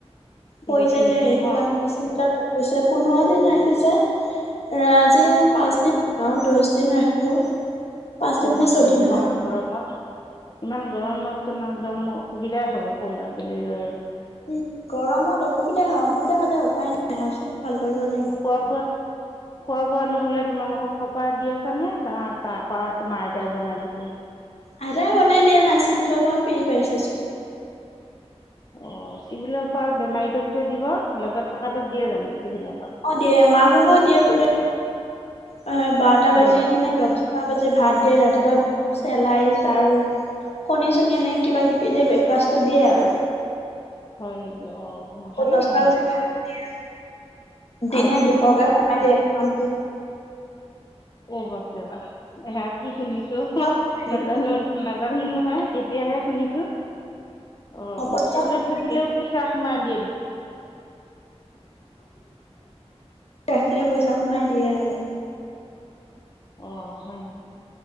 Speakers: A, on the left; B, on the left.
A: এতিয়া
B: পৰি যায়
A: কি
B: যে
A: পুনৰ
B: সেইটো
A: হয়
B: কাৰণে চিভিলত ৰাখিছে পোন্ধৰ দিন ৰাখিছে আজি। পাঁচ দিন আৰু দহ দিন ৰাখিব। পাঁচদিন
A: <unintelligible>
B: নে ছয়দিন হ'ল
A: গৰমত ইমান গৰমতচোন একদম অসুবিধাই হ'ব সৰু ল'ৰা ছোৱালী লৈ।
B: উম, গৰমত অসুবিধা হয় অসুবিধা হ'লে উপায় নাই আৰু চুলি ভাল কৰিব লাগিব।
A: <unintelligible> হয় খোৱা বোৱা নহ'লে তোমালোকক ঘৰ পৰা দি আছা নে তাৰ পৰাা তোমাৰ আইতাই বনাই দিছে।
B: আইতাই বনাই দিয়া না চিফিলৰ পৰা ফেৰি পাইছে চো
A: অ, চিভিলৰ পৰা বেমাৰীটো খে দিব লগত থকাটোক দিয়ে জানো চিভিলৰ পৰা।
B: অ, দিয়ে মাক হক দিয়ে বোলে অ, বাৰটা
A: হয়
B: বাজিত
A: নেকি
B: নে। দছটা বাজি ভাত দিয়, ৰাতিপুৱা চেলাইছ আৰু। কণী চনি এনে কিবা কিবি দি, ব্ৰেকফাষ্টটো দিয়ে আৰু।
A: হয় নেকি অ,
B: আকৌ
A: ভালে
B: দহটা
A: নহ'লে
B: বজাত ভাত দিয়ে দিনে
A: আগ
B: দুশ কে সোমাই দিয়ে একাত
A: অ, বাপ দেবা আহ কি শুনিছো
B: অ
A: নাজানো নাজানো নহয়, এতিয়াহে শুনিছো অ,
B: পইচা
A: চিভিলত
B: সোমাই দিয়ে
A: থাকিলেও। বিশ্বাস ম দিয়
B: ৰাখিলে পইচা সোমাই দিয়ে আৰু
A: অ হয়